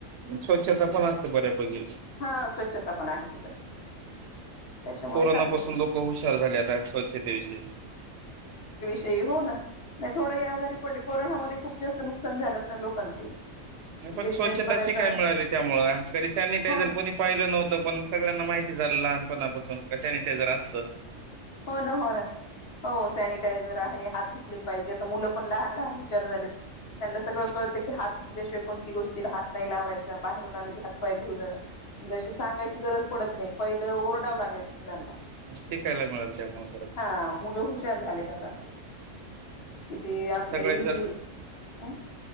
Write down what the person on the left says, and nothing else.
हा स्वच्छता पण आहे तिकडे त्याच्यामुळे
चांगले
आहे
ते हो ना नाही थोडं ह आजारी पडले कोरोनामध्ये खूप जास्त नुकसान झालं ना लोकांचे
बिझनेस
बऱ्याच
जण
हो ना
हो ना हो ना हो सॅनिटायझर आहे हात पाहिजे आता मुलं पण लहान लहान हुशार झालेत त्यांना
सगळं कळतं की हात धुतल्याशिवाय कोणत्या गोष्टीला हात नाही लावायचा बाहेरून आलं की हातपाय धुणं म्हणजे सांगायची गरज पडत नाही नाही पहिलं ओरडावं लागायचं मुलांना
हा मुलं हुशार झालेत आता किती
आपलं इझी
हं